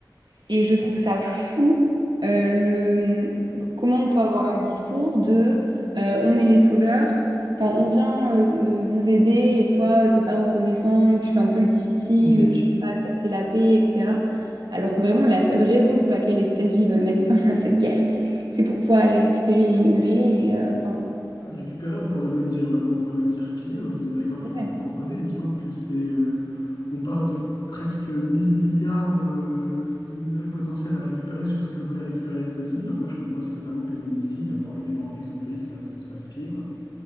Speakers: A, on the right; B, on the left.
A: Et je trouve ça fou, euh, le... comment on peut avoir un discours de euh, on est les sauveurs, enfin on vient euh, vous aider et toi euh, t'es pas reconnaissant, ou tu fais un peu le difficile,
B: Hmm,
A: tu veux pas accepter la paix, etc. Alors que vraiment la seule raison pour laquelle les États-Unis veulent mettre fin <laughs> à cette guerre, c'est pour pouvoir aller récupérer les minerais et euh, enfin.
B: Récupérer, on pourrait même dire, euh, on pourrait même dire piller au vu des accords qui
A: Ouais.
B: ont été proposés. Il me semble que c'est, euh, on parle de presque 1000 milliards euh, de minerais potentiels à récupérer sur ce que voulaient récupérer les États-Unis. Donc moi, je comprends aussi totalement que Zelensky, il a pas, il n'a pas envie que son pays se fasse, se fasse piller, quoi.